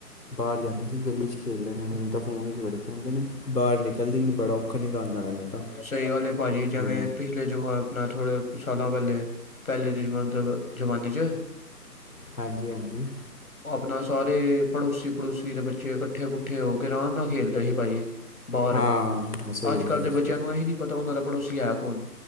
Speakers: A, on the left; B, on the left.
A: ਬਾਹਰ ਜਾਂਦਾ, ਅਸੀਂ ਗਲੀ ਖੇਡ ਲੈਂ ਹੁਣ ਤਾਂ ਫੋਨ ਬੜੇ ਹੁੰਦੇ ਨੇ, ਬਾਹਰ ਨਿਕਲਦੀ ਬੜਾ ਔਖਾ ਨਾ ਗਾਲ ਲੇਣ ਨੂੰ ਤਾਂ,
B: ਸਹੀ ਗੱਲ ਐ, ਭਾਜੀ ਜਿਵੇਂ
A: ਹੂੰ
B: ਪਿਛਲੇ ਜਮਾ, ਆਪਨਾ ਥੋੜੇ ਸਾਲਾ ਪਹਿਲੇ, ਪਹਿਲੇ ਦੇ ਮਤਲਬ ਜ਼ਮਾਨੇ ਚ।
A: ਹਾਂਜੀ, ਹਾਂਜੀ।
B: ਆਪਣਾ ਸਾਰੇ, ਪੜੋਸੀ ਪੁਛ। ਦੇ ਬੱਚੇ ਇਕੱਠੇ- ਕੁੱਠੇ, ਹੋ ਕੇ, ਆਰਾਮ ਨਾਲ ਖੇਲਦੇ ਸੀ ਭਾਜੀ। ਬਾਹਰ
A: ਹਾਂ ਸਹੀ
B: ਅੱਜ ਕੱਲ,
A: ਗੱਲ
B: ਦੇ
A: ਸਹੀ
B: ਬੱਚਿਆਂ
A: ਗੱਲ
B: ਨੂੰ ਇਹਹੀ ਨਹੀਂ, ਪਤਾ ਹੁੰਦਾ। ਉਹਨਾਂ ਦਾ ਪੜੋਸੀ ਹੈ, ਕੌਣ।